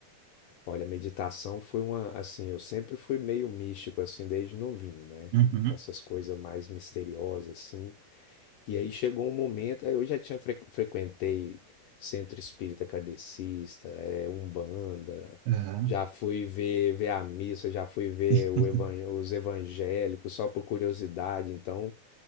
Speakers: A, on the left; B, on the right.
A: Olha, meditação foi uma, assim, eu sempre fui meio místico, assim, desde novinho, né?
B: Uhum.
A: Com essas coisas mais misteriosas, assim. E aí chegou um momento, aí eu já tinha fre- frequentei centro espírita kardecista, é, Umbanda,
B: Aham.
A: já fui ver, ver a missa, já fui ver
B: <laughs>
A: o evan- os evangélicos só por curiosidade. Então,